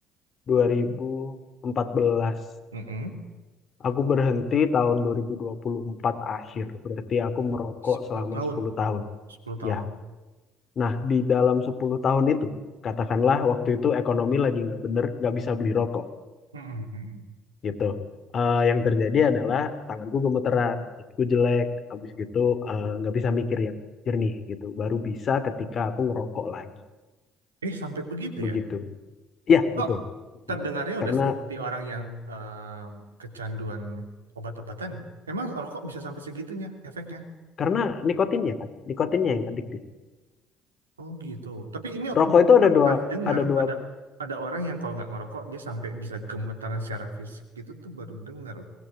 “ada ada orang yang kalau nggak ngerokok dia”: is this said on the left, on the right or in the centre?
Right